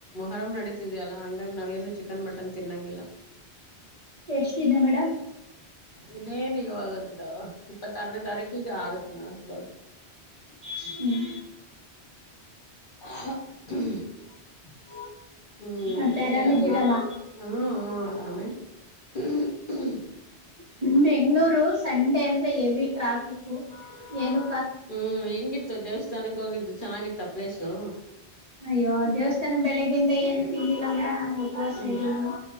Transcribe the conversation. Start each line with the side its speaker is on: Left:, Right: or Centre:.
Left: ಅರಂ ನಡೀತಿದ್ಯಲ್ಲ ಹಂಗಾಗಿ ನಾವೇನು ಚಿಕನ್ ಮಟನ್ ತಿನ್ನಂಗಿಲ್ಲ
Right: ಎಷ್ಟ್ ದಿನ ಮೇಡಮ್
Left: ಇನ್ನೇನು. ಅಯ್ಯೋ ಅದೊಂದು ಇಪ್ಪತ್ತಾರನೇ ತಾರೀಕಿಗೆ ಆಗುತ್ತೆ ಮೇಡಂ ಕ್ಲೋಸ್.
Right: ಹ್ಮ್
Left: ಹ್ಮ್
Right: <inaudible>
Left: ಹ್ಮ್
Right: ಮತ್ತೆ
Left: ಅದಕ್ಕೆ
Right: ಆರಾಮಿದ್ದೀರಲ್ಲ
Left: ಅಲ್ಲಿ ಹ್ಮ್ ಆರಾಮೇ. <unintelligible>
Right: ಹ್ಮ ಬೆಂಗ್ಗಳೂರು ಸಂಡೆ ಅಂದ್ರೆ ಎವಿ ಟ್ರಾಫಿಕ್ ಏನು.
Left: ಹ್ಮ್ ಹೆಂಗಿತ್ತು ದೇವಸ್ಥಾನಕ್ಕೆ ಹೋಗಿದ್ದು. ಚೆನ್ನಾಗಿತ್ತ ಪ್ಲೇಸು.
Right: ಅಯ್ಯೋ ದೇವಸ್ಥಾನ ಬೆಳಿಗ್ಗೆಯಿಂದ ಏನು ತಿಂದಿಲ್ಲ ಮೇಡಮ್. ಉಪವಾಸ
Left: ಹ್ಮ್
Right: ಇದ್ದೀನಿ